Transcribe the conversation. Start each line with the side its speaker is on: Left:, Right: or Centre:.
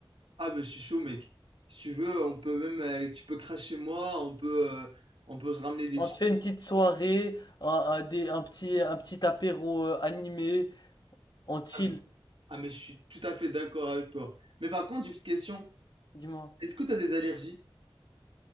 Right: Ah mais je suis chaud, mec. Si tu veux, on peut même, euh, tu peux cracher chez moi, on peut, euh, on peut se ramener des
Left: On
Right: chips.
Left: se fait une petite soirée, un, un- des, un petit, un petit apéro euh, animé, on chill.
Right: Ah mais ah, mais je suis tout à fait d'accord avec toi. Mais par contre, j'ai une petite question.
Left: Dis-moi.
Right: Est-ce que t'as des allergies?